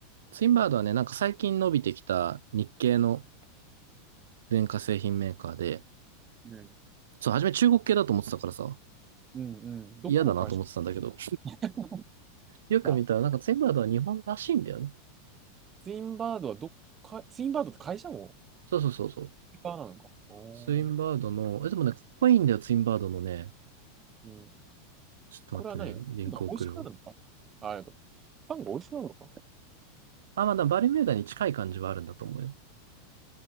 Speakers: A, on the right; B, on the right.
A: ツインバードはね、なんか最近伸びてきた日系の電化製品メーカーで、
B: うん
A: そう、初め中国系だと思ってたからさ、
B: うんうん。どこの会社
A: 嫌だなと思ってたんだけど、
B: <laughs>
A: よく見たら、
B: だ
A: なんかツインバードは日本らしいんだよね。
B: ツインバードはどっか、ツインバードって会社も
A: そうそうそうそう。
B: ツインバーなのか。おー。
A: ツインバードの、え、でもね、かっこいいんだよ、ツインバードのね。
B: うん
A: ちょっと待ってね、
B: これは何がパンが美味しくなるのかあ、
A: リンク送るわ。
B: えっと、パンが美味しくなるのか
A: あ、まあ、だバルミューダに近い感じはあるんだと思うよ。